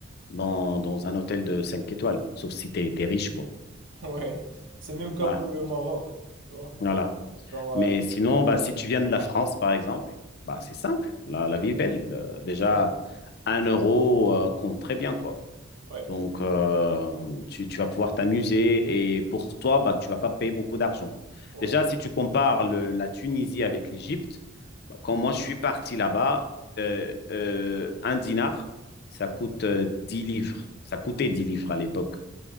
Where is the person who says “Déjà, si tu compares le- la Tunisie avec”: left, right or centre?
Left